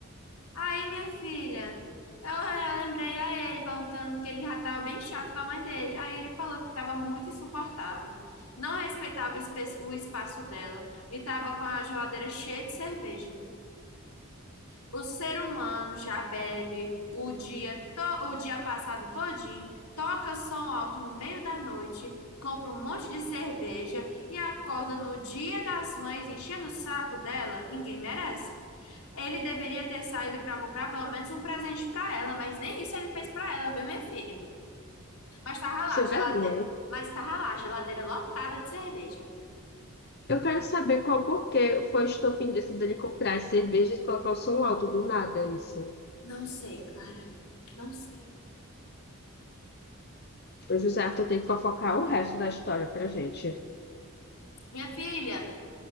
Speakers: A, on the left; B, on the left.
A: Aí, minha filha, eu, eu lembrei a ele perguntando que ele já estava bem chato com a mãe dele. Aí ele falou que estava muito insuportável, não respeitava o espe- o espaço dela e estava com a geladeira cheia de cerveja. O ser humano já bebe o dia, to- o dia passado todinho, toca som alto no meio da noite, compra um monte de cerveja e acorda no dia das mães enchendo o saco dela. Ninguém merece. Ele deveria ter saído para comprar pelo menos um presente para ela, mas nem isso ele fez para ela, viu, minha filha? Mas tava lá,
B: Sem
A: geladeira.
B: vergonha.
A: Mas tava lá, geladeira lotada de cerveja.
B: Eu quero saber qual porquê foi o estopim disso dele comprar as cervejas e colocar o som alto do nada, isso.
A: Não sei, Clara. Não sei.
B: O José Arthur tem que fofocar o resto da história pra gente.
A: Minha filha.